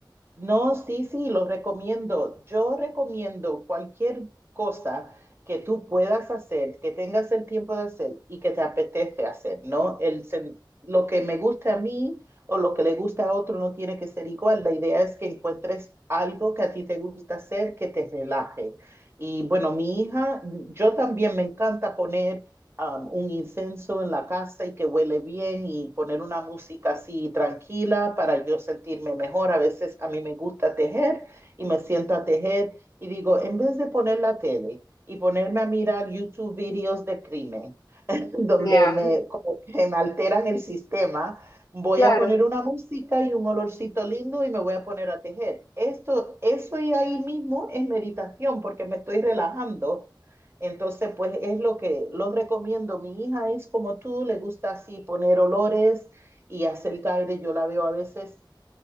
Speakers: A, on the right; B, on the left.
A: No, sí, sí, lo recomiendo. Yo recomiendo cualquier cosa que tú puedas hacer, que tengas el tiempo de hacer y que te apetece hacer, ¿no? El, sen- lo que me gusta a mí o lo que le gusta a otro no tiene que ser igual. La idea es que encuentres algo que a ti te gusta hacer, que te relaje. Y bueno, mi hija, yo también me encanta poner um, un incenso en la casa y que huele bien y poner una música así tranquila para yo sentirme mejor. A veces a mí me gusta tejer y me siento a tejer y digo, en vez de poner la tele y ponerme a mirar YouTube videos de crimen, <laughs> donde
B: Ya,
A: me, como que me alteran el sistema, voy
B: <laughs> claro.
A: a poner una música y un olorcito lindo y me voy a poner a tejer. Esto, eso y ahí mismo es meditación porque me estoy relajando. Entonces, pues es lo que los recomiendo. Mi hija es como tú, le gusta así poner olores y hacer guide. Yo la veo a veces